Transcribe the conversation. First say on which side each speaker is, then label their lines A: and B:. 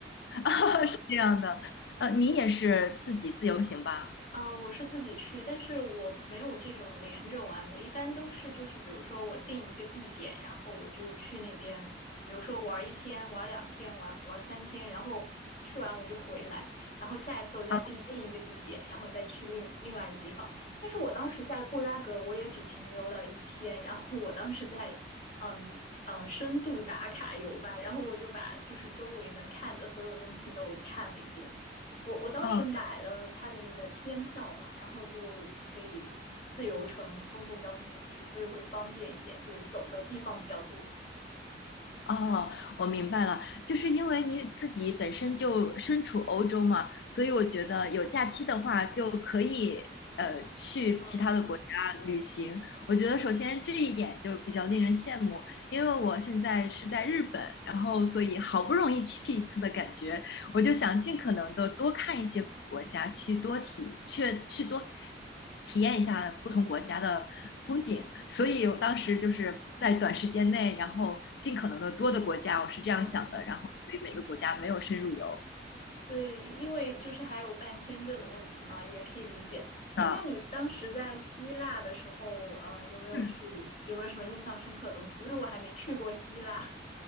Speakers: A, on the left (about 70°); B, on the left (about 40°).
A: <laughs> 是这样的。呃，你也是自己自由行吧？
B: 啊，我是自己去，但是我没有这种连着玩。我一般都是就是，比如说我定一个地点，然后我就去那边，比如说玩一天、玩两天、玩玩三天，然后去完我就回来，然后下一次我再定另一个地点，
A: 啊，
B: 然后再去另另外一个地方。但是我当时在布拉格，我也只停留了一天，然后我当时在嗯呃深度打卡游吧，然后我就把就是周围能看的所有东西都看了一遍。我我当时买了它的那个天票嘛，
A: 哦，
B: 然后就可以自由乘公共交通工具，所以会方便一点，就走的地方比较多。
A: 哦，我明白了，就是因为你自己本身就身处欧洲嘛，所以我觉得有假期的话就可以呃去其他的国家旅行。
B: 嗯
A: 我觉得首先这一点就比较令人羡慕，因为我现在是在日本，然后所以好不容易去一次的感觉，我就想尽可能的多看一些国家，去多体去去多体验一下不同国家的风景。所以我当时就是在短时间内，然后尽可能的多的国家，我是这样想的。
B: 嗯，
A: 然后所以每个国家没有深入游
B: 对，因因为就是还有办签证的问题嘛，也可以理解。哎，
A: 啊。
B: 那你当时在希腊的时候，呃，有没有去，
A: 嗯，
B: 有没有什么印象深刻的东西？因为我还没去过希腊。